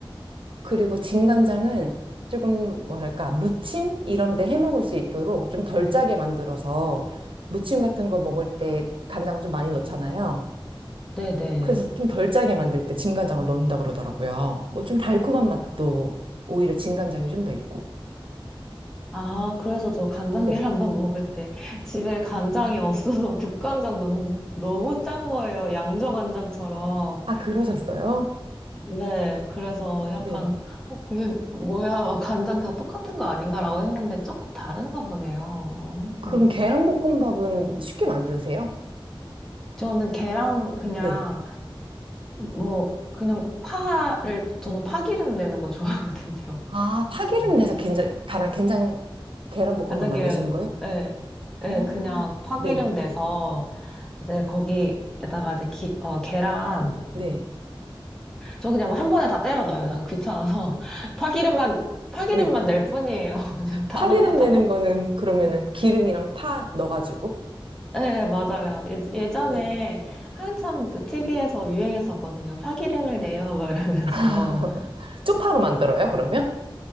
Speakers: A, on the right; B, in the centre.
A: 그리고 진간장은 조금 뭐랄까 무침 이런 데 해 먹을 수 있도록 좀 덜 짜게 만들어서 무침 같은 거 먹을 때 간장 좀 많이 넣잖아요.
B: 네네.
A: 그래서 좀 덜 짜게 만들 때 진간장을 넣는다 그러더라고요. 뭐 좀 달콤한 맛도 오히려 진간장이 좀 더 있고.
B: 아, 그래서 저 간장
A: 네.
B: 계란밥 <laughs> 먹을 때 집에 간장이 없어서 <laughs> 국간장 넣었는데 너무 짠 거예요. 양조간장처럼.
A: 아, 그러셨어요?
B: 네, 그래서 약간,
A: 네.
B: 어, 이게 뭐야, 막 간장 다 똑같은 거 아닌가라고 했는데 조금 다른가 보네요.
A: 그럼
B: 어.
A: 계란볶음밥은 쉽게 만드세요?
B: 저는 계란 그냥
A: 네.
B: 뭐 그냥 파를 저는 파기름 내는 거 좋아하거든요.
A: 아, 파기름
B: <laughs>
A: 내서 된장, 가랑, 된장, 계란볶음밥
B: 간장게랑
A: 만드시는 거요?
B: 예, 예,
A: 어,
B: 그냥 파기름
A: 네.
B: 내서 이제 거기에다가 이제 기, 어, 계란이랑
A: 네.
B: 저 그냥 한 번에 다 때려 넣어요. 그냥 귀찮아서 <laughs> 파기름만 파기름만
A: 네.
B: 낼 뿐이에요. <laughs> 그냥 다
A: 파기름
B: 넣고 다
A: 내는
B: 볶.
A: 거는 그러면은 기름이랑 파 넣어가지고.
B: 예, 맞아요. 예, 예전에
A: 네.
B: 한참 그 TV에서 유행했었거든요. 파기름을 내요, 막 이러면서.
A: <laughs> 쪽파로 만들어요, 그러면?